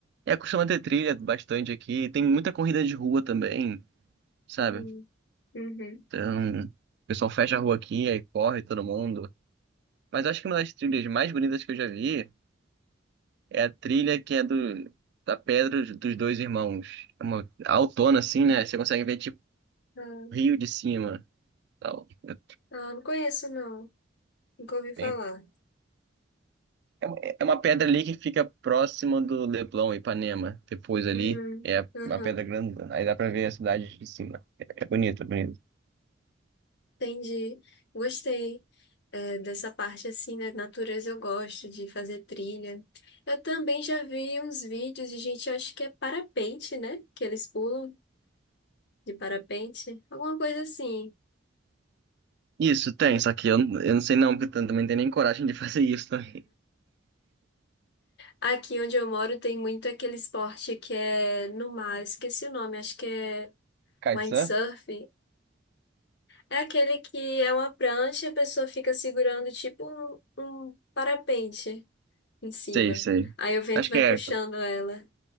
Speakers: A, on the right (about 60°); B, on the left (about 60°).
A: É, costuma ter trilha bastante aqui, tem muita corrida de rua também, sabe?
B: hum, uhum.
A: Então, o pessoal fecha a rua aqui, aí corre todo mundo. Mas acho que uma das trilhas mais bonitas que eu já vi É a trilha que é do, da Pedra dos Dois Irmãos. É uma altona, assim, né? Você consegue ver, tipo,
B: Ah,
A: Rio de cima. Tal. É,
B: ah, não conheço, não. Nunca ouvi falar.
A: Tem- É é uma pedra ali que fica próxima do Leblon, Ipanema. Depois ali
B: Hum,
A: é
B: uhum.
A: uma pedra grande. Aí dá pra ver a cidade de cima. É bonito, é bonito.
B: Entendi. Gostei. é, dessa parte assim, né? Natureza eu gosto de fazer trilha. Eu também já vi uns vídeos de gente, eu acho que é parapente, né? Que eles pulam. De parapente? Alguma coisa assim.
A: Isso, tem.
B: Hum.
A: Só que eu, eu não sei não, porque eu também não tenho nem coragem de <laughs> fazer isso também.
B: Aqui onde eu moro tem muito aquele esporte que é no mar, eu esqueci o nome, acho que é
A: Kitesurf?
B: windsurf. É aquele que é uma prancha e a pessoa fica segurando tipo um, um parapente em cima.
A: Sei, sei.
B: Aí o vento
A: Acho
B: vai
A: que é
B: puxando ela.